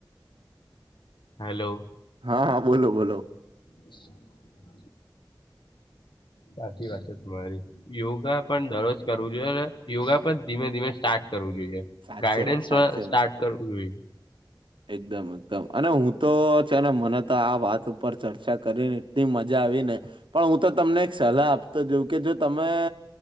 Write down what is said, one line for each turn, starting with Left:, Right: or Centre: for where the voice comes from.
Left: હલોવ
Right: હા હા બોલો બોલો
Left: <unintelligible> સાચી વાત છે તમારી યોગા પણ દરરોજ કરવું જોઈએ યોગા પણ ધીમે ધીમે સ્ટાર્ટ કરવું જોઈએ
Right: સાચેમાં
Left: ગાઈડન્સ
Right: સાચેમાં
Left: સ્ટાર્ટ કરવું જોઈએ
Right: એકદમ એકદમ અને હું તો છે ને મને તો આ વાત ઉપર ચર્ચા કરીને એટલી મજા આવી ને પણ હું તો તમને એક સલાહ આપતો જોઉ કે જો તમે